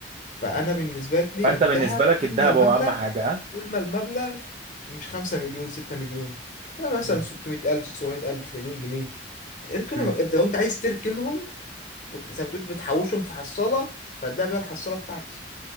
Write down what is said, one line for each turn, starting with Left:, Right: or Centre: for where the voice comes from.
Left: فانا بالنسبه لي
Right: فانت
Left: الذهب
Right: بالنسبة لك
Left: طول
Right: الذهب
Left: ما المبلغ
Right: هو اهم حاجة ها
Left: طول ما المبلغ مش 5 مليون 6 مليون آه، مثلا
Right: مم.
Left: 600 الف 700 الف مليون جنيه اركنهم
Right: مم.
Left: انت لو انت عايز تركنهم وت- زي ما تقول بتحوشهم في حصاله فالدهب هي الحصاله بتاعتي